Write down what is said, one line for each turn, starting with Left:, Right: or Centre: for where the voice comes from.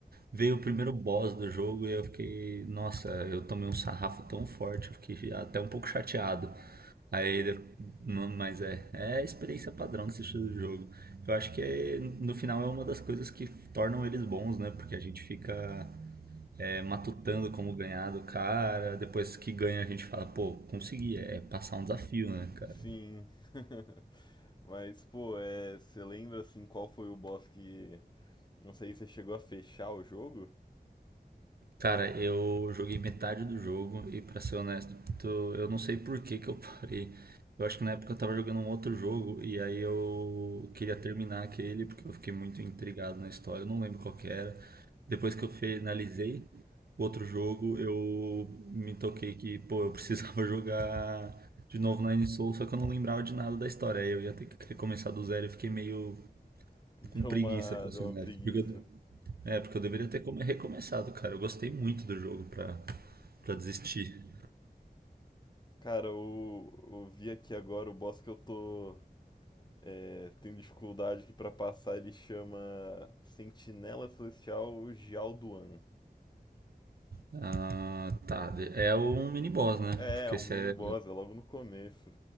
Right: Veio o primeiro boss do jogo e eu fiquei, nossa, eu tomei um sarrafo tão forte, eu fiquei até um pouco chateado. Aí, de- não, mas é, é a experiência padrão desse estilo de jogo. Eu acho que é, no final é uma das coisas que tornam eles bons, né? Porque a gente fica é, matutando como ganhar do cara, depois que ganha a gente fala, pô, consegui, é passar um desafio, né, cara?
Left: Sim. <laughs> Mas, pô, é, você lembra assim qual foi o boss que. Não sei se você chegou a fechar o jogo?
Right: Cara, eu joguei metade do jogo e pra ser honesto, tô- eu não sei por que que eu parei. Eu acho que na época eu tava jogando um outro jogo e aí eu queria terminar aquele porque eu fiquei muito intrigado na história, eu não lembro qual que era. Depois que eu finalizei o outro jogo, eu me toquei que, pô, eu precisava <laughs> jogar de novo Nine Soul, só que eu não lembrava de nada da história. Aí eu ia ter que recomeçar do zero e fiquei meio
Left: <laughs> Deu
Right: com preguiça,
Left: uma,
Right: pra
Left: deu
Right: ser
Left: uma
Right: honesto.
Left: preguiça.
Right: Porque eu- é, porque eu deveria ter come- recomeçado, cara. Eu gostei muito do jogo pra, pra desistir.
Left: Cara, eu, eu vi aqui agora o boss que eu tô. É, tem dificuldade que pra passar ele chama Sentinela Celestial Gialduan.
Right: Ah, tá. De- É um mini-boss, né?
Left: É,
Right: Porque
Left: é um
Right: se
Left: mini
Right: é
Left: boss, é logo no começo.